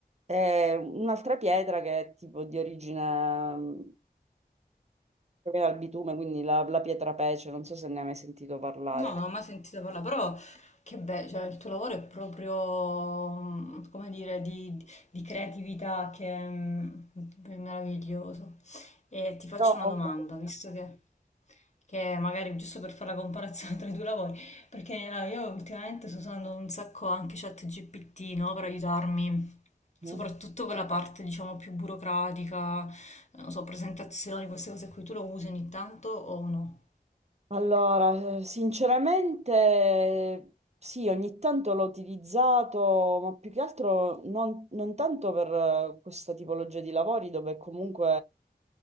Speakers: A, on the right; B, on the left.
A: e un'altra pietra che è tipo di origine mm, proviene dal bitume, quindi la, la pietra pece, non so se ne hai mai sentito parlare.
B: No, non ho mai sentito parlare, però che bello, cioè il tuo lavoro è proprio, mm, come dire, di, di creatività che è, mm, è meraviglioso. E ti faccio
A: No,
B: una
A: comunque,
B: domanda, visto che, che magari giusto per fare la comparazione <laughs> tra i due lavori, perché no, io ultimamente sto usando un sacco anche ChatGPT, no, per aiutarmi. Soprattutto
A: eh,
B: quella parte, diciamo, più burocratica, non so, presentazioni, queste cose qui, tu lo usi ogni tanto o no?
A: Allora, eh, sinceramente sì, ogni tanto l'ho utilizzato, ma più che altro non, non tanto per eh, questa tipologia di lavori dove comunque,